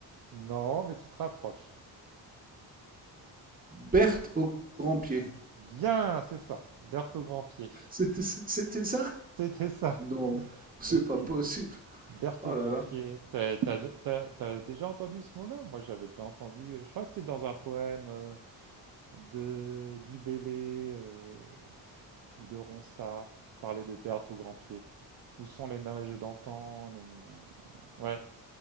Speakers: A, on the right; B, on the right.
A: Non, mais tu te rapproches.
B: Berthe aux grands pieds.
A: Bien, c'est ça. Berthe au grand pied.
B: C'était c'était ça?
A: C'était ça.
B: Non, c'est
A: Mais si.
B: pas possible.
A: Berthe
B: Oh
A: au grand
B: là là.
A: pied. T'as, t'as- t'as- t'as déjà entendu ce mot-là? Moi, j'avais déjà entendu. euh, Je crois que c'est dans un poème. euh, de Dubélé euh, ou de Ronsard qui parlaient de Berthe au grand pied. Où sont les neiges d'antan gna, gna, gna. Ouais,